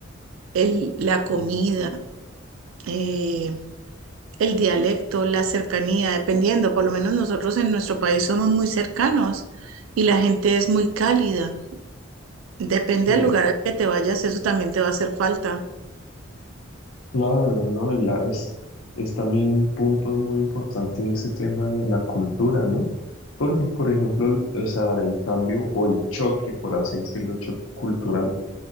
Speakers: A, on the right; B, on the left.
A: El, la comida,
B: o,
A: eh, el dialecto, la cercanía, dependiendo, por lo menos nosotros en nuestro país somos muy cercanos y la gente es muy cálida. Depende
B: sí.
A: del lugar al que te vayas, eso también te va a hacer falta.
B: Claro, ¿no? Y la, es, es también un punto muy importante ese tema de la cultura, ¿no? Porque, por ejemplo, o sea, el cambio o el choque, por así decirlo, el choque cultural,